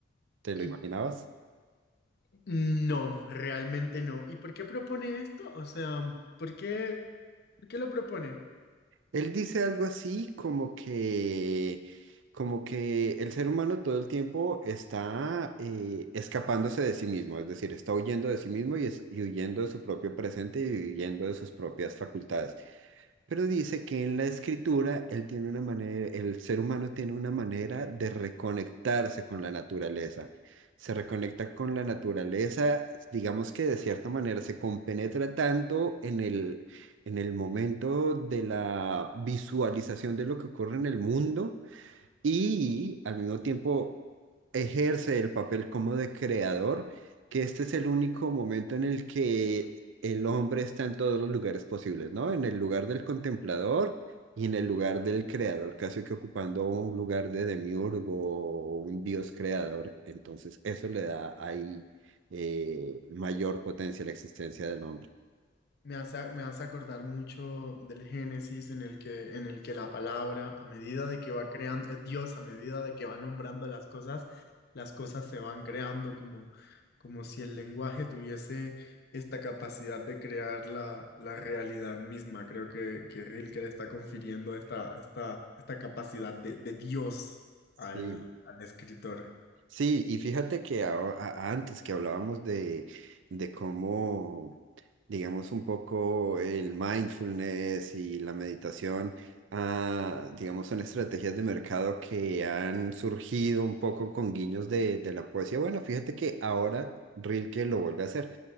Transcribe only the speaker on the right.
¿Te
lo imaginabas?
Él dice algo así como que, como que el ser humano todo el tiempo está eh, escapándose de sí mismo, es decir, está huyendo de sí mismo y, es- y huyendo de su propio presente y huyendo de sus propias facultades. Pero dice que en la escritura él tiene una manera, el ser humano tiene una manera de reconectarse con la naturaleza. Se reconecta con la naturaleza, digamos que de cierta manera se compenetra tanto en el, en el momento de la visualización de lo que ocurre en el mundo y al mismo tiempo ejerce el papel como de creador, que este es el único momento en el que el hombre está en todos los lugares posibles, ¿no? En el lugar del contemplador y en el lugar del creador, casi que ocupando un lugar de demiurgo o un dios creador. Entonces, eso le da ahí eh, mayor potencia a la existencia del hombre.
Sí,
Sí, y fíjate que a- a- antes que hablábamos de, de cómo, digamos, un poco el mindfulness y la meditación, ah, digamos, son estrategias de mercado que han surgido un poco con guiños de, de la poesía. Bueno, fíjate que ahora Rilke lo vuelve a hacer